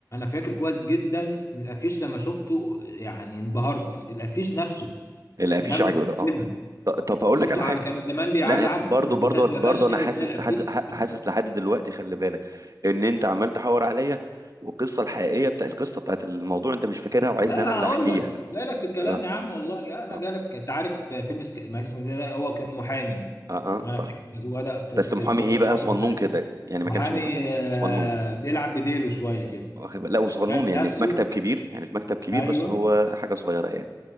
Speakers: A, on the left (about 45°); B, on the right (about 50°).
A: فاكر كويس جدا الافيش لما شفته يعني انبهرت الافيش نفسه
B: الافيش
A: من قبل
B: عجبه
A: ما اشوف
B: ده اه
A: فيلم
B: ط- طب هقول
A: شفته
B: لك على حاجة
A: على كانوا زمان بيعلقوا
B: لا
A: عارف
B: برضو
A: انت الاتوبيسات
B: برضو
A: اللي
B: برضو
A: ماشيه
B: انا
A: وتلاقي
B: حاسس
A: الافيش
B: لحد ح- حاسس لحد دلوقتي خلي بالك ان انت عمال تحور عليا والقصه الحقيقيه بتاع القصه بتاعت الموضوع انت مش فاكرها وعايزني
A: لا لا
B: انا اللي
A: هقول
B: احكيها
A: لك جاي لك في الكلام
B: اه
A: يا عم والله انا
B: اه
A: جاي لك في الك- انت عارف فيلم سك- ماكس سكندري ده هو كان محامي
B: اه, آه
A: انا
B: صح
A: فاكر هو ده قصه
B: بس محامي
A: القصه
B: ايه بقى
A: إن هو
B: صغنون
A: كان محامي
B: كده يعني ما
A: محامي
B: كانش محامي
A: آه،
B: صغنون
A: بيلعب بديله شويه كده
B: واخد بالك؟ لا وصغنون
A: شايف
B: يعني
A: نفسه
B: في مكتب كبير يعني في مكتب كبير
A: ايوه
B: بس هو حاجه صغيره يعني